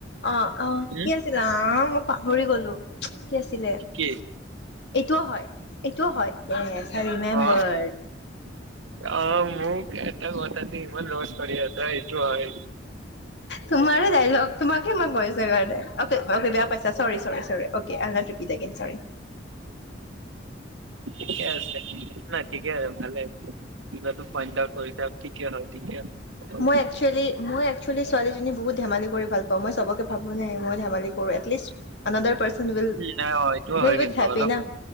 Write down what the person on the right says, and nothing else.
উম
কি
অ অ মোক এটা কথাতে ইমান ৰচ কৰি আছা এইটো হয়
ঠিকে আছে নাই ঠিকে আছে ভালে কিবাটো ফাইণ্ড আউট কৰিছা ঠিকে হয়। ঠিকে হয় অলপ
উ নাই এইটো
হই
কিন্তূ
অলপ